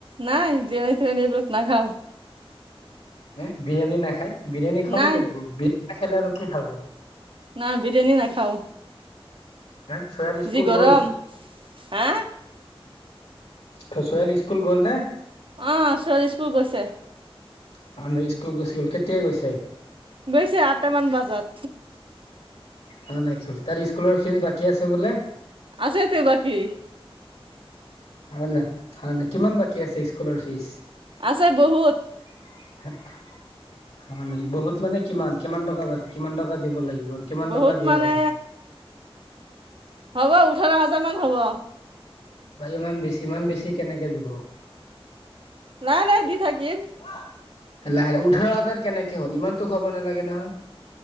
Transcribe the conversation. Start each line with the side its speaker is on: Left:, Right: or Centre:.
Right: নাই বিৰিয়ানী চিৰীয়ানি এইবিলাক নাখাওঁ।
Left: এ বিৰিয়ানী নাখায়, বিৰিয়ানি খাব
Right: নাই
Left: লাগিব বিৰিয়ানী না খালে আৰু কি খাব।
Right: না বিৰিয়ানী নাখাও,
Left: হা চয়াল স্কুল
Right: যি গৰম,
Left: গ'ল
Right: হা।
Left: <unintelligible> স্কুল গ'লনে?
Right: অ', ছোৱালী স্কুল গৈছে।
Left: <unintelligible> কেতিয়া গৈছে?
Right: গৈছে আঠটামান বজাত।
Left: <unintelligible> তাৰ স্কুলৰ ফিজ বাকী আছে বোলে।
Right: আছে তে বাকী।
Left: হয় ন, হয় ন, কিমান বাকী আছে স্কুলৰ ফিজ?
Right: আছে বহুত।
Left: <unintelligible> <unintelligible> নাই বহুত মানে কিমান, কিমান টকা বা কিমান টকা দিব লাগিব আৰু কিমান
Right: বহুত
Left: টকা দিয়া
Right: মানে,
Left: হ'ল
Right: হ'ব ওঠৰ হাজাৰ মান হ'ব।
Left: বা ইমান বেছি, ইমান বেছি কেনেকে দিব?
Right: নাই নাই দি থাকিম।
Left: লাহে লাহে ওঠৰ হাজাৰ কেনেকে হ'ল ইমানতো হব নালাগে নহয়।